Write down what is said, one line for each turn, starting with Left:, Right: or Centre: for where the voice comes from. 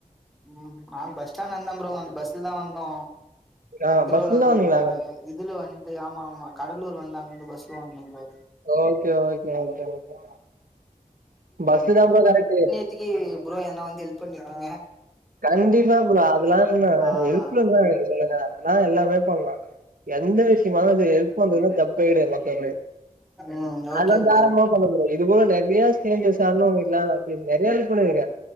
Centre: ம் நாங்க பஸ் ஸ்டாண்ட் வந்தோ ப்ரோ அந்த பஸ்ல தா வந்தோ
Right: ஆ
Centre: திருவள்ளூர்
Right: பஸ்ல தான்
Centre: வந்
Right: வந்தீங்களா
Centre: ஆ இதுல வந்து ஆமா ஆமா கடலூர் வந்து அங்க இருந்து பஸ்ல வந்தே bro
Right: okay okay okay okay bus தா ப்ரோ கரெட்டு
Centre: திக்கி ப்ரோ எதுனா வந்து ஹெல்ப் பண்ணி இருக்கீங்க
Right: கண்டிப்பா ப்ரோ அதுல்லா என்ன
Centre: ஆ
Right: ஹெல்ப்ல தா <unintelligible> அதெல்லா எல்லாமே பண்லா எந்த விஷயமானது ஹெல்ப் பண்றதுல தப்பே கெடையாது மக்கள் மாதிரி
Centre: ம் ஓகே
Right: அது வந்து
Centre: ப்ரோ
Right: ஆரம்பம் பண்ணது கெடையாது இது போக நெறைய ஸ்ட்ரேஞ்சர்ஸ் ஆழுக ஒன்னு இல்லா <unintelligible> நெறையாவே பண்ணிருக்கே